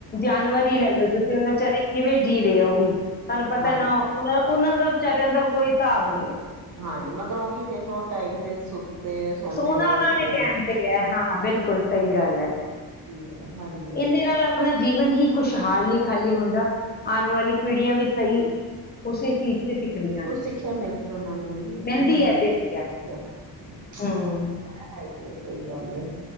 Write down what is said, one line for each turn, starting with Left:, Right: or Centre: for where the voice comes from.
Left: ਜਾਨਵਰ ਈ ਲੈ ਲੋ ਤੁਸੀਂ ਉਹਨਾਂ ਵਿਚਾਰੇ ਕਿਵੇਂ ਜੀ ਰੇਆਂ ਉਹ ਵੀ। ਤੁਹਾਨੂੰ ਪਤਾ
Right: ਹਾਂ
Left: ਨਾ‌‌ ਉ <unintelligible> ਉਹਨਾਂ ਦਾ ਵਿਚਾਰਿਆਂ ਦਾ ਕੋਈ ਸਾਬ ਨਈ ਏ।
Right: ਹਾਂਜੀ ਮਗਰੋ ਉਹ ਵੀ ਦੇਖੋ ਟਾਈਮ ਤੇ ਸੁੱਤੇ ਸੌਦੇ
Left: ਸੋਨਾ ਉਹਨਾਂ
Right: ਉੱਠਦੇ
Left: ਨੇ ਧਿਆਨ ਤੇ ਈ ਏ, ਹਾਂ, ਬਿਲਕੁਲ ਸਹੀ
Right: ਹਾਂ
Left: ਗੱਲ ਏ।
Right: ਸਹੀ ਹੈ ਹਾਂਜੀ
Left: ਇਨਦੇ ਨਾਲ ਆਪਣਾ ਜੀਵਨ ਹੀ ਖੁਸ਼ਹਾਲ ਨਹੀਂ ਖਾਲੀ ਹੁੰਦਾ, ਆਨ ਵਾਲੀ ਪੀੜੀਆਂ ਵੀ ਸਹੀ ਉਸੇ ਚੀਜ਼ ਚ ਸਿੱਖਦੀਆਂ
Right: ਕੁਛ
Left: ਨੇ
Right: ਸਿੱਖਿਆ ਮਿਲ ਉਹਨਾਂ ਨੂੰ ਵੀ ਉਹਨਾਂ
Left: ਮਿਲਦੀ
Right: ਨੂੰ
Left: ਹੈ ਬੇਨਤੀਆਂ
Right: ਕਿਹਾ। <unintelligible>
Left: ਹਮ
Right: ਸਹੀ ਗੱਲ ਏ।